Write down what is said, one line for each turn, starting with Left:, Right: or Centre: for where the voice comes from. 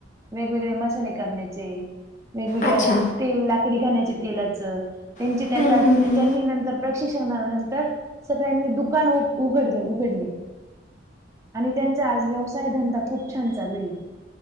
Right: वेगवेगळे मसाले करण्याचे. वेगवेगळ्या
Left: अच्छा
Right: तेल लाकडी घाण्याचे तेलाच त्यांची
Left: हं,
Right: त्यांना
Left: हं, हं.
Right: त्यांनी नंतर प्रशिक्षणा नंतर सगळ्यांनी दुकान उघडले, उघडली. त्यांचा आज व्यवसाय धंदा खूप छान चालू आहे.